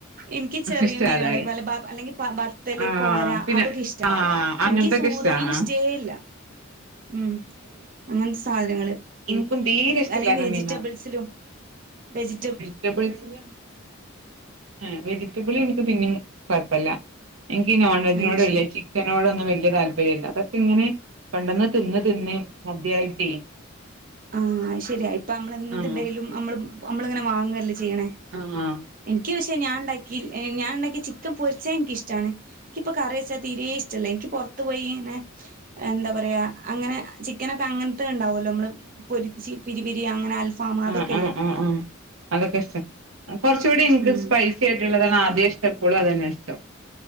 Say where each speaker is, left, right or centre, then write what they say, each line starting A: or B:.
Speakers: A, on the right; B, on the right.
A: എൻക്ക് ചെറിയ
B: ഇഷ്ടല്ലാതായി
A: മീനാണ് ബ അല്ലെങ്കിൽ ബത്തല്
B: ആഹ്
A: കോര
B: പിന്നെ
A: അതൊക്കെ ഇഷ്ടാ
B: ആഹ് അങ്ങനത്തൊക്കെ
A: എൻക്കീ സൂത
B: ഇഷ്ടാ
A: മീന്
B: ആഹ്
A: ഇഷ്ടേല്ല ഉം അങ്ങൻത്തെ സാധനങ്ങള്
B: ഇൻക്കും തീരെ ഇഷ്ടല്ലാത്ത
A: അല്ലെങ്കിൽ വെജിറ്റബിൾസിലും
B: മീനാണ്
A: വെജ്
B: ജ്റ്റബിൾസ് ല് എ വെജിറ്റബിൾല് ൻക്ക് പിന്നിം കുഴപ്പില്ല എനിക്ക് നോൺ വെജോട
A: ആ ശരി
B: ഇല്ല ചിക്കനോ ഒന്ന വിയ തല്പര്ം അതൊക്കെ ഇങ്ങനെ പെണ്ടെന്ന് തിന്ന് തിന്ന് മദ്യയായിട്ടേ
A: ആഹ ശരിയാ ഇപ്പ നമ്മള എന്ണ്ടെലും
B: ആഹ്
A: നമ്മള് നമ്മളിങ്ങനെ വാങ്ങല്ലേ ചെയ്യണേ
B: ആഹ
A: എനിക്ക് പക്ഷെ ഞാൻ ഉണ്ടാക്കി ഞാനൻണ്ടാക്കി ചിക്കൻ പൊരിച്ചാ എനിിക്കിഷ്ടമാണ് എനിിക്കിപ്പ കറി വെച്ചാൽ തീരെേ ഇഷ്ടല്ലേ എനിക്ക് പുറത്ത് പോയിന്ന എന്താ പറയാ അങ്ങനെ ചിക്കനൊക്കെ അങ്ങനത്തെ ഉണ്ടാവല്ലോ നമ്മള് പൊ പിരി ബരി അങ്ങനെ അൽഫാമ അതൊക്കെല്ലേ
B: ആ ആ ആ ആ അതൊക്കെ ഇഷ്ടം കുറച്ചുകൂടി നിനിക്ക്
A: ഉം
B: സ്പൈസി ആയിട്ടുള്ളതാണ് ആദ്യം ഇഷ്ടപ്പോൾും അതന്നെ ഇഷ്ടം